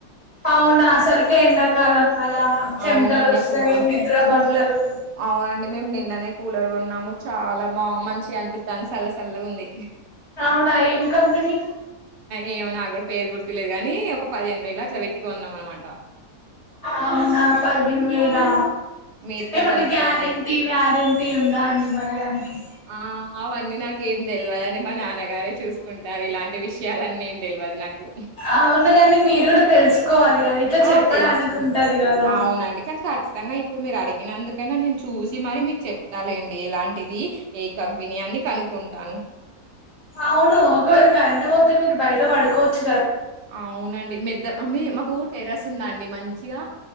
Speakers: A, on the left (about 25°); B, on the right (about 70°).
A: అవునా అసల్కె ఎండాకాలం కదా చెమటలు
B: అవునండి
A: వస్తాయి
B: అసలు
A: నిద్ర
B: కూలర్
A: పట్టదు
B: అవునండి మేము నిన్ వెంటనే కూలర్ కొన్నాము, చాలా బా మంచిగా అనిపిస్తాదిన్, సల్లసల్లగా ఉంది.
A: అవునా, ఏం కంపెనీ
B: ఏమో నాకు కూడా పేరు గుర్తులేదు, కానీ ఒక పదిహేను వేలు అట్లా పెట్టి కోన్నాం, అన్నమాట
A: అవున పదిహేను వేలా
B: మీరు కూడా
A: ఏమన్నా
B: కొనుక్కోండి.
A: గ్యారంటీ వ్యారంటీ ఉందా అండి మరి దానికి
B: ఆ అవన్నీ నాకేం తెలవదండి మా నాన్ నాన్న గారే చూసుకుంటారు ఇలాంటి విషయాలన్నీ ఏం తెలవదు నాకు
A: అవును కానీ మీరు కూడా తెలుసుకోవాలి కదా ఇట్ల చెప్పడానికి
B: ఆ! తెలుసుకుంటా.
A: ఉంటది కదా
B: అవునండి. కానీ ఖచ్చితంగా ఇప్పుడు మీరు అడిగిన అందుకెనా నేను చూసి మరి మీకు చెప్తాలేండి ఇలాంటిది ఏ కంపెనీ అని కనుకుంటాను
A: అవును ఒకవేళ కరెంట్ పోతే మీరు బయట పడుకోవచ్
B: అవునండి మెద్ద మమ్ మాకు టెరస్ ఉందా అండి మంచిగా